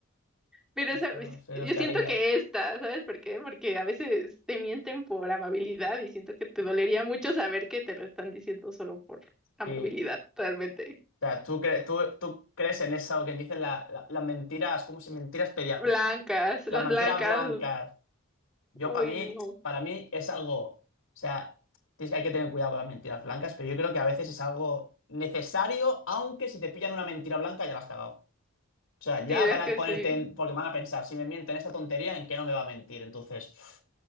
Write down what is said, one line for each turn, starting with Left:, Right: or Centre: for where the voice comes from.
Centre: Pero
Left: Ostras,
Centre: ¿sabes?
Left: no sé,
Centre: yo
Left: nos
Centre: siento
Left: caería.
Centre: que esta, ¿sabes por qué? Porque a veces te mienten por amabilidad y siento que te dolería mucho saber que te lo están diciendo solo por amabilidad,
Left: Sí.
Centre: realmente.
Left: O sea, ¿tú, cre- tú, tú crees en eso que dicen la- la- las mentiras, como si mentiras pedia-
Centre: Blancas,
Left: La
Centre: las
Left: mentira
Centre: blancas.
Left: blanca, yo
Centre: Uy,
Left: para mí,
Centre: no.
Left: para mí es algo, o sea, tienes que hay que tener cuidado con las mentiras blancas, pero yo creo que a veces es algo necesario, aunque si te pillan una mentira blanca ya la has cagado. O sea, ya
Centre: Sí, es
Left: van a
Centre: que
Left: ponerte,
Centre: sí,
Left: en- porque van a pensar, si me mienten esta tontería, ¿en qué no me va a mentir? Entonces,